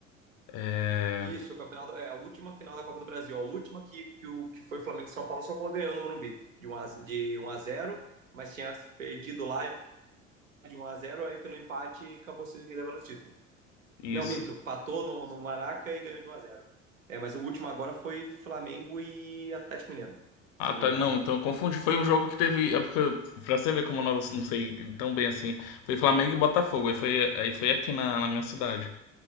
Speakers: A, on the left (about 40°); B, on the right (about 80°).
A: É,
B: Isso, o campeonato, é a última final da Copa do Brasil, a última que, que, o, que foi Flamengo e São Paulo. São Paulo ganhou no Morumbi de um a, zero, de um a zero mas tinha perdido lá de um a zero aí pelo empate acabou se levando o título.
A: Isso.
B: Não, minto, patou no, no Maraca e ganhou de um a zero É, mas o último agora foi Flamengo e Atlético Mineiro,
A: Ah,
B: se eu
A: tá,
B: não me engano.
A: não, então eu confundi. Foi um jogo que teve, é porque pra você ver como eu não, não sei tão bem assim, foi Flamengo e Botafogo. Aí foi, aí foi aqui na, na minha cidade.